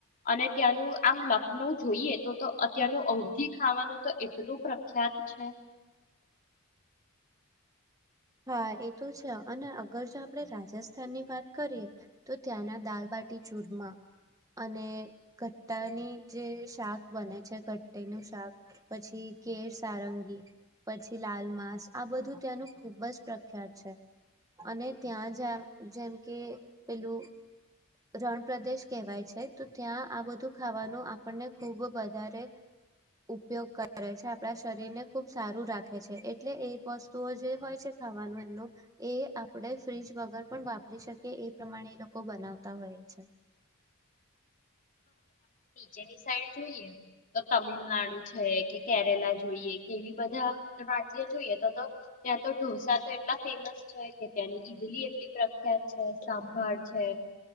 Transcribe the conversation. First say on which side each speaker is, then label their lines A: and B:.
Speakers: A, on the left; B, on the right.
A: અને ત્યાંનું આમ લક નવું જોઈએ તો તો અ ત્યાંનું અવગી ખાવાનું તો એટલું પ્રખ્યાત છે.
B: હા એ તો છે અને અગર જો આપણેે રાજસ્થાનની વાત કરીએ તો ત્યાંના દાલબાટી ચુરમા અને ઘટ્ટાની જે શાક બને છે ઘટ્ટી નું શાક પછી કેેર સારંગી પછી લાલમાંસ આ બધું ત્યાંનું ખૂબ જ પ્રખ્યાત છે. અને ત્યાં જ જેમ કે પેલું રણ પ્રદેશ કહેવાય છે તો ત્યાં આ બધું ખાવાનું આપણને ખૂબ વધારે ઉપયોગ કરે છે આપણા શરીરને ખૂબ સારું રાખે છે એટલે એ વસ્તુઓ જે હોય છે ખાવાનું એમનું એ આપણે ફ્રીઝ વગર પણ વાપરી શકીએ એ પ્રમાણે એ લોકો બનાવતા હોય છે.
A: જેની સાઈડ જોઈએ તો તમિલનાડુ છે કે કેરેલા જોઈએ કેવી બધા રાજ્ય જોઈએ. ત્યાં તો ઢોસા તો એટલા ફેમસ છે કે ત્યાંની ઈદલી એટલી પ્રખ્યાત છે સાંભળ છે.